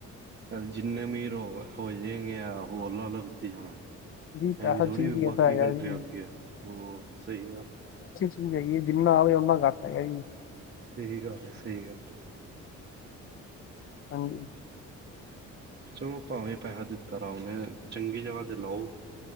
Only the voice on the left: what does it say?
ਜੀ
ਪੈਸਾ
ਚੀਜ਼ ਹੀ ਐਸਾ
ਹੈਗਾ
ਜੀ
ਨਈ ਜਿੰਨਾ ਆਵੇ ਓਨਾ ਕੱਟ ਹੈਗਾ ਜੀ।
ਹਾਂਜੀ।